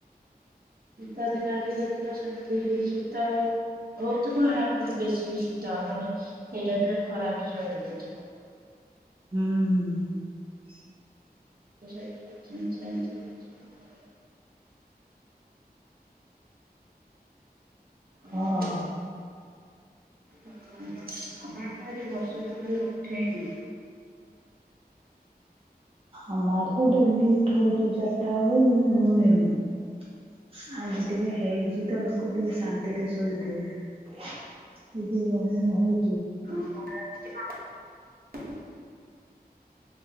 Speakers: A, on the right; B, on the right.
A: ଶୀତ ଦିନରେ ବି ଦେଖିବ ସେମିତି ଶୀତ ହଉଥିବ ଏଣେ ପୁଣି ବେଶୀ ବି ଶୀତ ହବନି ସେଇ ଟାଇମରେ ଖରା ବି ଜୋର ହଉଥିବ
B: ହୁଁ
A: <unintelligible> <unintelligible>
B: ହଁ
A: ଆମର ତ ଆଜି ବର୍ଷା ଟୋଟାଲି ଉଠେଇନି।
B: ଆମର ତ ଡେଲି ଉଠଉଛି ଚାରିଟା ବେଳକୁ କିିନ୍ତୁ ହୁଏନି ଆଜି ଟିକେ ହେଇଚି ତ ଲୋକ ଟିକେ ଶାନ୍ତିରେ ଶୋଇଥିବେ ଯୋଉ ଗରମ ହଉ
A: <unintelligible> <unintelligible>